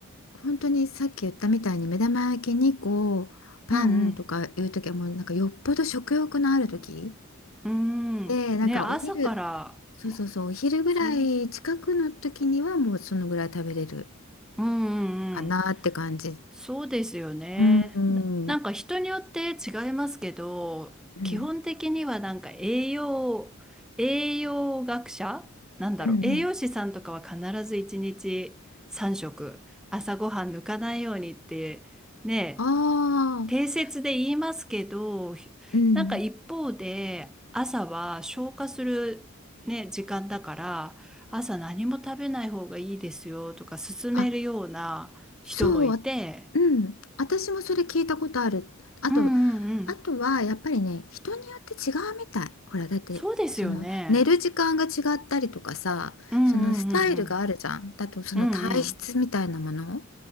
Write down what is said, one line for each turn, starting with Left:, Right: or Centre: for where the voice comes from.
Left: 本当にさっき言ったみたいに目玉焼きにこうパンとかいう時はもうなんかよっぽど食欲のある時
Centre: うんうん。うーん。
Left: でなんかお昼
Centre: ね、朝から、
Left: そうそうそうお昼ぐらい近くの時にはもうそのぐらい食べれる
Centre: その、うん
Left: かなって感じ。
Centre: うんうん。そうですよね。
Left: うんう
Centre: な、なんか人によって違いますけど、
Left: んうん
Centre: 基本的にはなんか栄養、栄養学者なんだろう。
Left: うんうん。
Centre: 栄養士さんとかは必ず1日3食、朝ごはん抜かないようにって、ね、
Left: ああ
Centre: 定説で言いますけど、ひなんか一方で朝は消化するね、
Left: うん。
Centre: 時間だから、朝何も食べない方がいいですよとか勧めるような人もいて、
Left: あ、そう、あうん、私もそれ聞いたことある。あと、
Centre: うんうんうん。
Left: あとはやっぱりね、人によって違うみたい。ほら、だって、
Centre: そうですよね。
Left: その寝る時間が違ったりとかさ、
Centre: うんうん
Left: そのスタイルがあるじゃん。だとその体質みたいなもの
Centre: うんうん。うんうん。